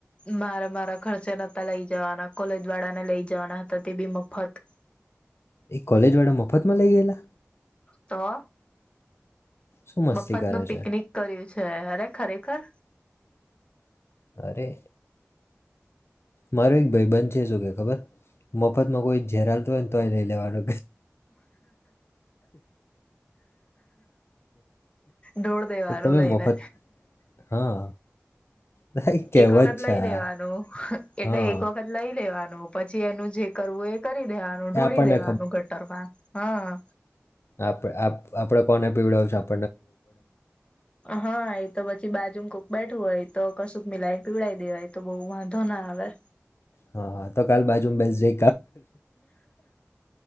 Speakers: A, on the left; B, on the left.
A: મારે મારા ખર્ચે નોતા લઈ જાવાના કોલેજ વાળા ને લઈ જવાના હતા તે બી મફત.
B: એ કોલેજ વાળા મફત માં લઇ ગયેલા?
A: તો.
B: શું મસ્તી
A: મફત
B: કરે
A: નું પિકનિક
B: છે
A: કર્યું છે. અરે ખરેખર.
B: એ મારો એક ભાઈ બંધ છે શું કે ખબર મફતમાં કોઈ ઝેર આલ તો હોય ને તોય નઈ લેવાનો.
A: દોઢ બે
B: કે
A: વારુ
B: તમે
A: લઈને,
B: મફત હા હા, એ કહેવત
A: એક વખત
B: છે
A: લઈ
B: આ.
A: લેવાનું, એટલે
B: હા
A: એક વખત લઈ લેવા નું પછી એનું જે કરવું એ કરી દેવાનું, ઢોળી
B: એ આપણને
A: દેવાનું ગટરમાં. હા.
B: આપડ, આપ આપડે કોને પીવડાવું છે એમ.
A: હા એ તો પછી બાજુમાં કોક બેઠું હોય તો કશુંક મિલાય પીવડાઈ દેવાય તો બહુ વાંધો ના આવે.
B: હા, હા તો કાલ બાજુ બેસ જે